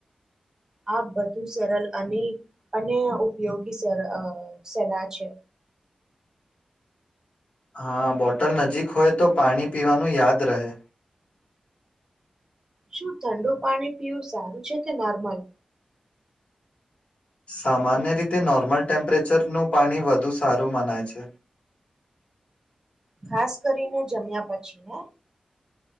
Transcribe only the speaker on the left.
હા બોટલ નજીક હોય તો પાણી પીવાનું યાદ રહે.
સામાન્ય રીતે નોર્મલ ટેમ્પરેચરનું પાણી વધુ સારું મનાય છે.